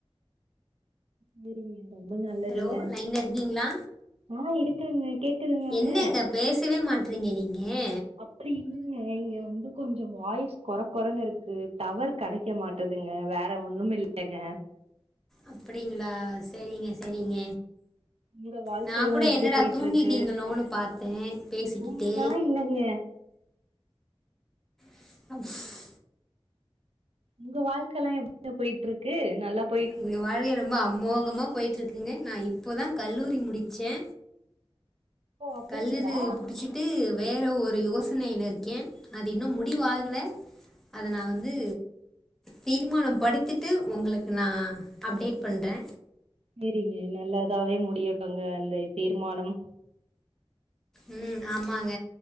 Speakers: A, on the right; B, in the centre.
A: சேரிங்க ரொம்ப நல்லதுங்க
B: ஹலோ லைன்ல இருக்கீங்களா
A: ஆ இருக்கங்க கேக்குதுங்காங்க
B: என்னங்க பேசவே மாட்றீங்க நீங்கே
A: அப்படி இல்லிங்க இங்க வந்து கொஞ்சோ வாய்ஸ் கொற கொறன் இருக்கு டவர் கடைக்க மாட் டுதுங்க வேற ஒன்னும் இல்லங்க
B: அப்டிங்ளா செரிங்க செரிங்க
A: உங்க வாழ்க்கைல்லா
B: நா கூட
A: எப்டி
B: என்னடா
A: போயிட்டு
B: தூங்கிட்டீங்ளோன்
A: இருக்கு
B: பாத்தே பேசிக்கிட்டே
A: உங்கலா இல்லங்க
B: <unintelligible>
A: உங்க வாழ்க்கல்லா எப் <inaudible> ங்க போயிட்ருக்கு நல்லாப்
B: எங்க வாழ்க்க ரொம்ப அமோகமா போய்ட்ருக்குங்க நா இப்போதா கல்லூரி முடிச்சே
A: ஓ அப்டிங்களா
B: கல்லூரு புடிச்சிட் டு வேற ஒரு யோசனைல இருக்கே அது இன்னு முடிவாகல அத நா வந்து தீர்மானம் படுத்திட்டு உங்களுக்கு நா அப்டேட் பண்றே
A: சேரிங்க நல்லதாவே முடியட்டுங்க அந்த தீர்மானம்
B: ம் ஆமாங்க